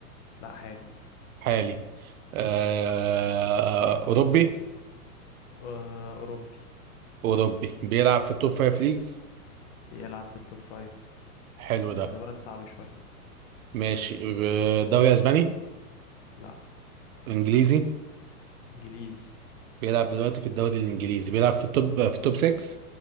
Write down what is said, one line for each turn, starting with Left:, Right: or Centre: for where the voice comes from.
Left: لا حالي
Right: حالي آه اوروبي
Left: أه أوروبي
Right: اوروبي بيلعب في التوب فايف ليجز
Left: بيلعب في التوب فايف
Right: حلو
Left: بس
Right: ده
Left: خلي بالك صعب شوية
Right: ماشي آه، دوري اسباني
Left: لا
Right: انجليزي
Left: إنجليزي
Right: بيلعب دلوقتي في الدوري الانجليزي بيلعب في التوب في التوب 6